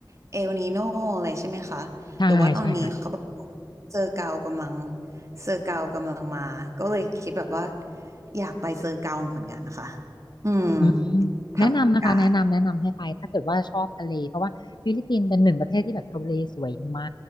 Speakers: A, on the right; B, on the left.
A: เอลนีโนอะไรใช่ไหมคะหรือว่าตอนนี้เขาแบบ
B: ใช่ใช่ค่ะ
A: เซอร์เกากำลังเซอร์เกากำลังมาก็เลยคิดแบบว่าอยากไปเซอร์เกาเหมือนกันค่ะอืม
B: อืม
A: ถ้ามีโอกาส
B: แนะนำนะคะแนะนำแนะนำให้ไปถ้าเกิดว่าชอบทะเลเพราะว่าฟิลิปปินส์เป็นหนึ่งประเทศที่แบบทะเลสวยมา